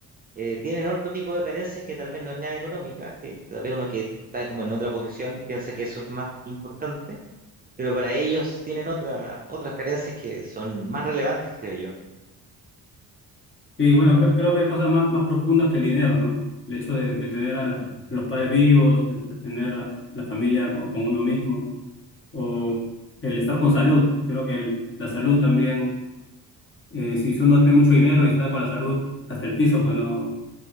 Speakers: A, on the right; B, on the left.
A: eh, tienen otro tipo de carencias que tal vez no es la económica, que tal vez uno que está como en otra posición piensa que eso es más importante pero para ellos tienen otra, otras carencias que son más relevantes, creo yo.
B: Y bueno, creo, creo que hay cosas más, más profundas que el dinero, ¿no? El hecho de, de tener a, la- a
A: Ujú.
B: los padres vivos, el- el tener a la familia con, con uno mismo, o el estar con salud. Creo que el- la salud también, eh, si, si uno tiene mucho dinero y está con la salud hasta el piso, pues no,